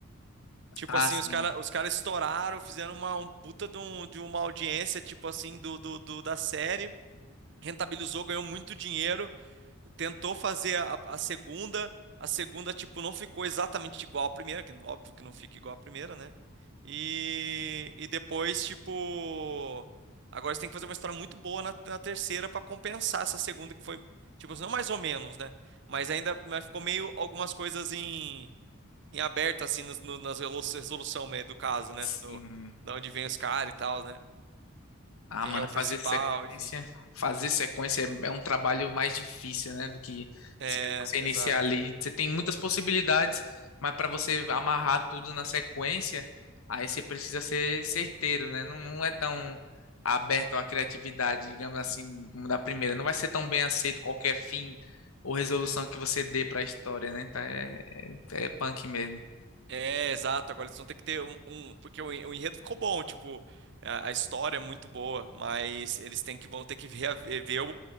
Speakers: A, on the right (about 55°); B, on the left (about 80°).
A: Tipo
B: ah,
A: assim,
B: sim,
A: os caras os cara estouraram, fizeram uma um puta de, um- de uma audiência, tipo assim, do, do, do- da série, rentabilizou, ganhou muito dinheiro, tentou fazer a, a segunda, a segunda, tipo, não ficou exatamente igual à primeira, que óbvio que não fica igual à primeira, né? E, e depois, tipo, agora você tem que fazer uma história muito boa na, na terceira para compensar essa segunda que foi, tipo, não mais ou menos, né? Mas ainda mas ficou meio algumas coisas em, em aberto, assim, nos- no, nas relo- resolução meio do caso, né?
B: sim.
A: Do, da onde vem os caras e tal, né?
B: Ah,
A: Quem
B: mano,
A: é o principal,
B: fazer sequência,
A: enfim.
B: fazer sequência é, é um trabalho mais difícil, né, do que
A: É,
B: você, você
A: exato.
B: iniciar ali. Você tem muitas possibilidades, mas para você amarrar tudo na sequência, aí você precisa ser certeiro, né? Não, não é tão aberto à criatividade, digamos assim, como da primeira. Não vai ser tão bem aceito qualquer fim ou resolução que você dê para a história, né? Então é, é, é punk mesmo.
A: É, exato. Agora eles vão ter que ter um, um- porque o, en- o enredo ficou bom, tipo, a, a história é muito boa, mas eles têm que vão ter que ver, o,